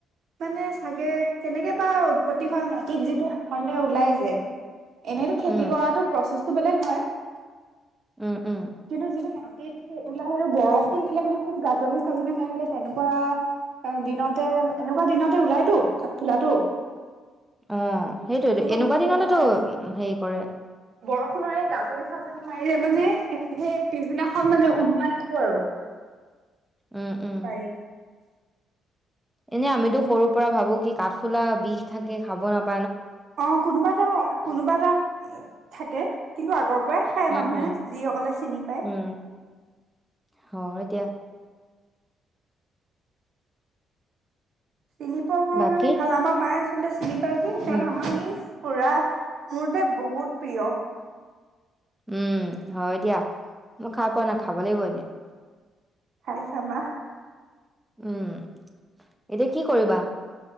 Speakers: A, on the right (about 65°); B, in the centre.
A: মানে চাগে কেনেকে বা উৎপত্তি হোৱা মাটিত যিটো স সন্দেহ ওলাই যে। এনেইতো খেতি
B: উম,
A: কৰাটো প্ৰচেস তটো বেলেগ হয়।
B: উম, উম,
A: কিন্তু যিটো ম সেইটো, ওলাই আহিলো বৰষুণ দিলে মানে খুব গাজনি চাজনি মাৰিলে তেনেকুৱা এ দিনতে, এনেকুৱা দিনতে ওলাইতো, খা খোলাটো
B: অ সেইটোৱেতো, এনেকুৱা
A: সময়তে
B: দিনতেতো
A: ওলাই অ
B: হেৰি কৰে।
A: বৰষুণৰ এই গাজনি চাজনি মাৰিলে মানে, সেই পিছদিনাখন মানে ওলোৱা দেখো আৰু।
B: উম, উম,
A: পাৰি।
B: এনে আমিতো সৰুৰ পৰা ভাবো কি কাঠফুলা বিষ থাকে খাব নাপ
A: অ কোনোবা এটা কোনোবা থাকে কিন্তু আগৰ প্ৰায় খায়
B: উম,
A: মানুহে,
B: উম,
A: যিসকলে চিনি পায়।
B: উম, হয় দিয়া,
A: চিনি পোৱাবোৰৰ
B: বাকী,
A: কাৰণে ভাল আমাৰ মায়ে পুলিচ চিনি পাই যে সেইকাৰণে
B: উম,
A: আমাৰ আহিচ পুৰা মোৰ দে বহুত প্ৰিয়।
B: উম হয় দিয়া মই খাই পোৱা নাই খাব লাগিব এদিন।
A: খাইছাবা
B: উম এতিয়া কি কৰিবা।